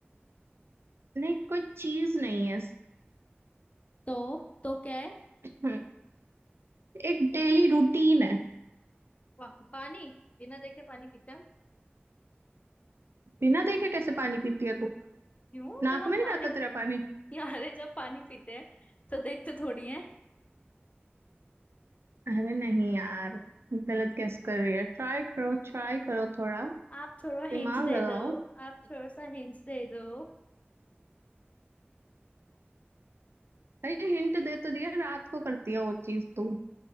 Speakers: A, on the right (about 75°); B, on the left (about 35°).
A: नहीं कोई चीज नहीं है
B: तो तो क्या है
A: हम्म, एक डेली रूटीन है
B: पा, पानी बिना देखे पानी पीते हैं हम?
A: बिना देखे कैसे पानी पीती है तू
B: क्यों
A: नाक
B: जब हम
A: में
B: पानी
A: नहीं जाता तेरा
B: <laughs>
A: पानी
B: यारे जब पानी पीते हैं तो देखते थोड़ी हैं
A: अरे नहीं यार गलत गेस कर रही है ट्राई करो ट्राई करो थोड़ा
B: आप थोड़ा
A: दिमाग
B: हिंट दे
A: लगाओ
B: दो आप थोड़ा सा हिंट दे दो
A: अरे हिंट दे तो दिया रात को करती है वो चीज तू